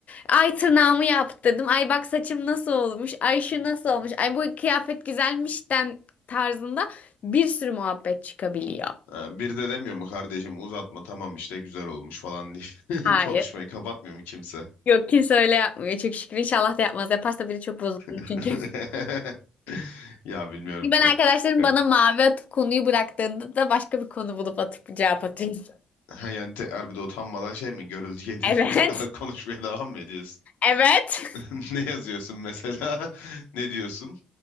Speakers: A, on the left; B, on the left.
A: Ay tırnağımı yaptırdım. Ay bak saçım nasıl olmuş. Ay şu nasıl olmuş. Ay bu kıyafet güzelmişten tarzında bir sürü muhabbet çıkabiliyor.
B: E, bir de demiyor mu kardeşim uzatma tamam işte güzel olmuş falan diye <laughs>
A: Hayır.
B: konuşmayı kapatmıyor mu kimse?
A: Yok kimse öyle yapmıyor. Çok şükür inşallah da yapmaz. Yaparsa biri çok bozulur
B: <laughs>
A: çünkü. <laughs>
B: Ya bilmiyorum
A: Ben
B: çok
A: arkadaşlarım
B: garip.
A: bana mavi atıp konuyu bıraktığında da başka bir konu bulup atıp cevap atıyorum. <laughs>
B: Ha, yani te bir utanmadan şey mi görüldü yediğinde
A: Evet.
B: tekrar konuşmaya devam mı ediyorsun?
A: Evet.
B: <laughs> Ne yazıyorsun mesela? <laughs> Ne diyorsun?